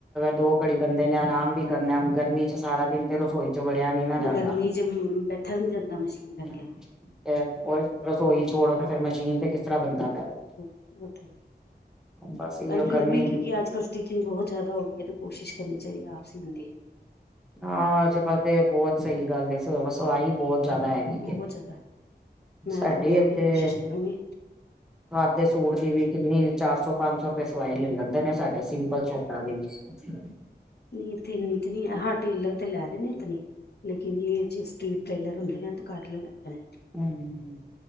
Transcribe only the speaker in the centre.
ਦੋ ਘੜੀ ਬੰਦੇ ਨੇ ਆਰਾਮ ਵੀ ਕਰਨਾ ਐ, ਹੁਣ ਗਰਮੀ 'ਚ ਸਾਰਾ ਦਿਨ ਤੇ ਰਸੋਈ 'ਚ 'ਚ ਵੜਿਆ ਨੀ ਨਾ ਜਾਂਦਾ।
ਹਮਮ ਤੇ ਉਹ ਰਸੋਈ ਛੋੜੋ, ਤੇ ਫ਼ਿਰ ਮਸ਼ੀਨ ਤੇ ਕਿਸ ਤਰ੍ਹਾਂ ਬੰਦਾ ਪੈਰ
ਬਸ ਇਓ
ਗਰਮੀ
ਹਾਂ ਅੱਜ ਕੱਲ ਤੇ ਬਹੁਤ ਸਹੀ ਗੱਲ ਏ, ਸਵ ਸਵਾਈ ਬਹੁਤ ਜ਼ਿਆਦਾ ਹੈਗੀ
ਹੈ,
ਸਾਡੇ
ਇੱਥੇਏੇੇੇ
ਸਾਦੇ ਸੂਟ ਦੀ ਵੀ ਕਿੰਨੀ ਚਾਰ ਸੌ, ਪੰਜ ਸੌ ਰੁਪਏ ਸਵਾਈ ਲੈ ਲੈਂਦੇ ਨੇ ਸਾਡੇ ਸਿੰਪਲ ਸੂਟਾਂ ਦੀ ਵੀ। ਠੀਕ <inaudible>
ਹਮਮਮਮ